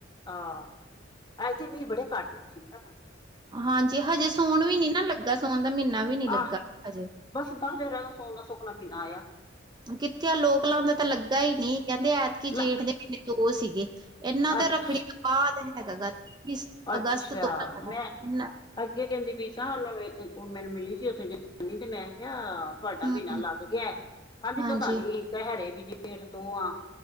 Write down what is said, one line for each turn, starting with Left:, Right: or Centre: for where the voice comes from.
Left: ਆਹ, ਐਥੇ ਮੀਂਹ ਬੜੇ ਘੱਟ ਸੀ ਨਾ।
Right: ਹਾਂਜੀ, ਹਜੇ ਸੋਣ ਵੀ ਨੀ ਨਾ ਲੱਗਾ, ਸੋਣ ਦਾ ਮਹੀਨਾ ਵੀ ਨੀ ਲੱਗਾ
Left: ਆਹ
Right: ਹਜੇ।
Left: ਬਸ ਦੱਸ ਦਿਨ ਰਹਿਗੇ, ਸੋਣ ਦਾ ਸੁਖਨਾ ਮਹੀਨਾ ਆਇਆ।
Right: ਕਿੱਥੇ ਲੋਕਲਾਂ ਦਾ ਤਾਂ ਲੱਗਾ ਹੀ ਨਹੀਂ। ਕਹਿੰਦੇ, ਐਤਕੀ
Left: ਲੈ
Right: ਜੇਠ ਦੇ ਮਹੀਨੇ ਦੋ ਸੀਗੇ। ਇਹਨਾਂ
Left: ਅੱਛ
Right: ਦਾ ਰੱਖੜੀ ਤੋਂ ਬਾਅਦ ਹੈਗਾ, ਇੱਕੀ
Left: ਅੱਛਾ
Right: ਅਗਸਤ ਤੋਂ ਰੱਖਣਾ
Left: ਮੈਂ
Right: ਇਹਨਾ
Left: ਅੱਗੇ ਕੇਂਦੀ ਪਈ ਸਾਂ, ਉਹਨੂੰ ਵੇਖਕੇ, ਮੈਨੂੰ ਮਿਲੀ ਸੀ ਉਥੇ ਜਨਾਨੀ, ਤੇ ਮੈਂ ਕਿਹਾ ਤੁਹਾਡਾ
Right: ਹਮ
Left: ਮਹੀਨਾ ਲੱਗ ਗਿਆ, ਆਂਦੀ
Right: ਹਾਂਜੀ
Left: ਪਤਾ ਨੀ ਕਹਿ ਰਹੇ, ਵੀ ਜੇਠ ਦੋਂ ਆਂ।